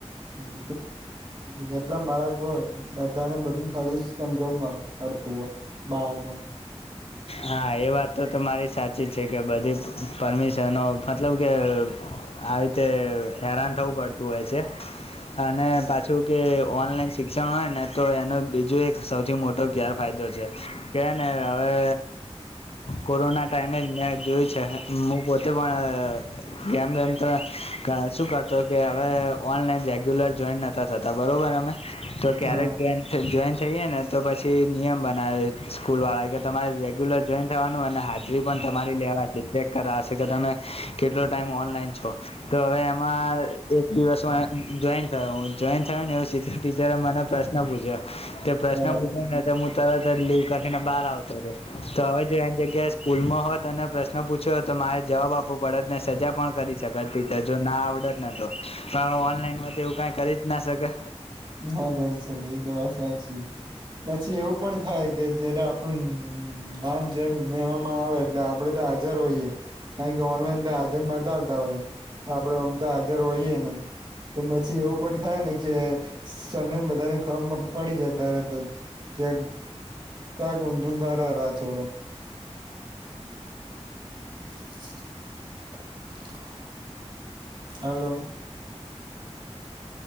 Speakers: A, on the right; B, on the left.
A: <unintelligible> બધાને બધું ફરી સમજાવું અડતું હોય બાળકોનું
B: હા એ વાત તો મારી સાચી જ છે, કે બધી પરમિશનો મતલબ કે આવી રીતે હેરાન થવું પડતું હોય છે. અને પાછું કે ઓનલાઈન શિક્ષણ હોય ને તો એનો બીજો એક સૌથી મોટો ગેર ફાયદો છે. કેને હવે કોરોના ટાઈમે જ મેં જોયું છે, હું પોતે પણ કેમ તેમમ તો શું કરતો કે હવે ઓનલાઈન રેગ્યુલર જોઈન નહોતા થતા બરોબર અમે તો ક્યારેક
A: હા
B: જો જોઈન થઈએ ને તો પછી નિયમ બનાવે સ્કૂલ વાળા કે તમારે રેગ્યુલર જોઈન થવાનું અને હાજરી પણ તમારી લેવાશે ચેક કરાવશે કે તમે કેટલો ટાઈમ ઓનલાઈન છો તો હવે એમાં એક દિવસમાં જોઈન થયો જોઈન થયોું ને એવું સ ટીચરે મને પ્રશ્ન પૂછ્યો તે પ્રશ્ન
A: બરાબર
B: પૂછ્યો ને હું તરત જ લીવ કખીને બહાર આવતો હતો્યો તો હવે જો એની જગ્યાએ સ્કૂલમાં હોત અને પ્રશ્ન પૂછ્યો તો મારે જવાબ આપો. બળદને સજા પણ કરી શકત જો ના આવડત ન તો ઓનલાઈન એવું કઈ કરી ના શકે.
A: ના કરી શકે એ તો વાત સાચી પછી એવું પણ થાય કે જ આમ નામ જે લેવામાં આવે એટલે આપડે તો હાજર હોઈએ કારણ કે ઓનલાઈન તો હાજર બતાવતા હોઈએ આપડે અમ તો હાજર હોઈએ નઈ તો પછી એવું પણ થાય ને કે. સને બધાને ખબર પડી જાય ત જ ક્યાક. ક્યાાગ મ દુંંગાર રાજોરો. <inaudible> હલો.